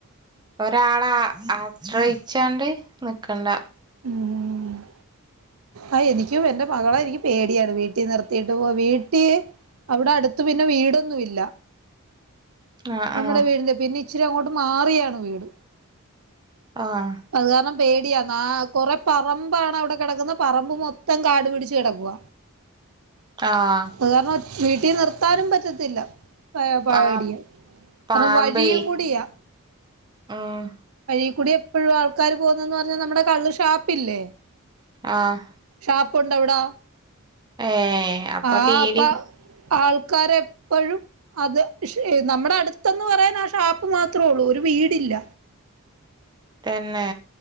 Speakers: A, on the right (about 20°); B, on the right (about 75°).
A: ഒരാളാ ആശ്രയിച്ചാണ്ട് നിക്കണ്ട
B: ഉം ആ എനിക്കും എന്റെ മകളെ എനിക്ക് പേടിയാണ് വീട്ടി നിർത്തിട്ട് പോവാ വീട്ടി... അവിടെ അടുത്ത് പിന്നെ വീടൊന്നുല്ല
A: ആ
B: നമ്മുടെ
A: ആ
B: വീടിന്റെ പിന്നി ഇച്ചിരി അങ്ങോട്ട് മാറിയാണ് വീട്
A: ആഹ്
B: അത് കാരണം പേടിയാ ന്നാ കൊറെ പറമ്പാണ് അവിടെ കെടക്കുന്നെ.. പറമ്പ് മൊത്തം കാടു പിടിച്ച് കെടക്കുവ
A: ആഹ്
B: അത് കാരണം വീട്ടി നിർത്താനും പറ്റത്തില്ല പയ
A: ആ
B: പാടിയ
A: ആ പാമ്പേ
B: കാര്ണം വഴിയും കൂടിയാ
A: ഉം
B: വഴി കൂടി എപ്പോഴും ആൾക്കാാര് പോകുന്നെന്ന് പറഞ്ഞാ നമ്മുടെ കള്ള് ഷാപ്പില്ലേ
A: ആഹ്
B: ഷാപ്പുണ്ടവിടാ
A: ഏ അപ്പൊ
B: ആ
A: തീരിം
B: അപ്പ ആൾക്കാരെപ്പഴും അത് ശ് നമ്മടെ അടുത്തന്ന് പറയാൻ ആ ഷാപ്പ് മാത്രേ ഉള്ളൂ ഒരു വീടില്ല
A: തന്നെ